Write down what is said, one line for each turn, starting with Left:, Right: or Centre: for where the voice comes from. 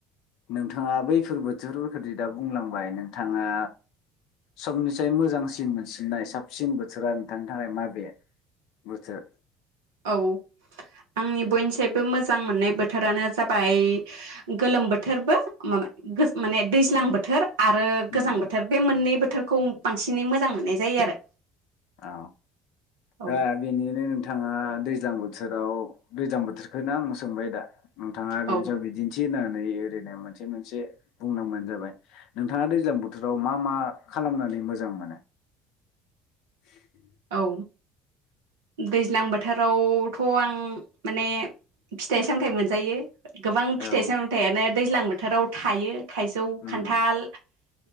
Left: नोंथाङा बैफोर बोथोरफोरखौदि दा बुंलांबाय नोंथाङा समनिसाय मोजांसिन मोनसिननाय साबसिन बोथोरा नोंथांनि थाखाय माबे बोथोर?
Right: औ आंनि बयनिफ्रायबो मोजां मोननाय बोथोरानो जाबाय गोलोम बोथोरबो माने दैज्लां बोथोर आरो
Left: औ
Right: गोजां बोथोर बे मोननै बोथोरखौ बांसिनै मोजां मोननाय जायो आरो
Left: औ
Right: औ
Left: दा बेनिनो नोंथाङा दैज्लां बोथोराव दैज्लां बोथोरखौनो आं सोंबाय दा नोंथाङा बेनि
Right: औ
Left: सायाव बिदिन्थि होनो ओरैनो मोनसे मोनसे बुंनांबानो जाबाय नोंथाङा दैज्लां बोथोराव मा मा खालामनानै मोजां मोनो <inaudible>
Right: औ दैज्लां बोथोरावथ' आं माने फिथाइ सामथाइ मोनजायो गोबां
Left: औ
Right: फिथाइ सामथाइ आनो दैज्लां बोथोराव थायो थाइजौ
Left: उम
Right: खान्थाल